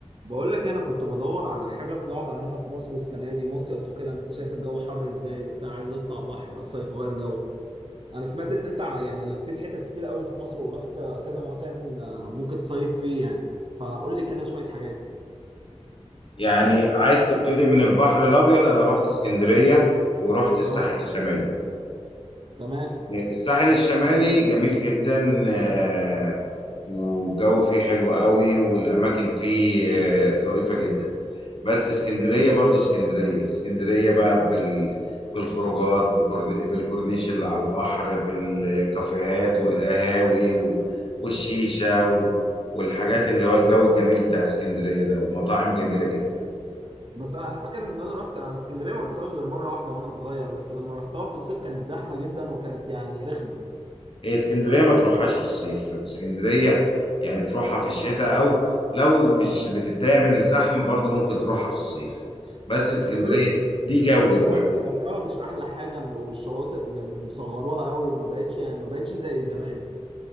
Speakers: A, on the right (about 50°); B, on the left (about 50°).
A: بقول لك انا كنت بدور على حاجه اطلعها هنا في مصر السنه دي مصيف وكده انت شايف الجو حر ازاي وبتاع عايز اطلع بحر صيف غير جو انا سمعت ان انت ع- يعني لفيت حتت كتير قوي في مصر ورحت كذا مكان آه، ممكن تصيف فيه يعني فقول لي كده شويه حاجات
B: يعني عايز تبتدي من البحر الابيض انا رحت اسكندريه ورحت الساحل
A: اه
B: الشمالي
A: تمام
B: الساحل الشمالي جميل جدا آه، والجو فيه حلو قوي والاماكن فيه آه، ظريفه جدا بس اسكندريه برضو اسكندريه اسكندريه بقى بال بالخروجات بكورن- بالكورنيش اللي على البحر بالكافيهات والقهاوي و- والشيشه و- والحاجات اللي هو الجو الجميل بتاع اسكندريه ده ومطاعم جميله جدا
A: بس انا فاكر ان انا رحت آه، اسكندريه ما رحتهاش غير مره واحده وانا صغير بس لما رحتها في الصيف كانت زحمه جدا وكانت يعني رخمه
B: هي اسكندريه ما تروحهاش في الصيف اسكندريه يعني تروحها في الشتاء او لو مش بتتضايق من الزحمه برضه ممكن تروحها في الصيف بس اسكندريه
A: بس بيقولوا
B: دي جو
A: دلوقتي
B: لوحده
A: بحرها مش احلى حاجه م- والشواطئ م- مصغروها قوي وما بقتش يعني ما بقتش زي زمان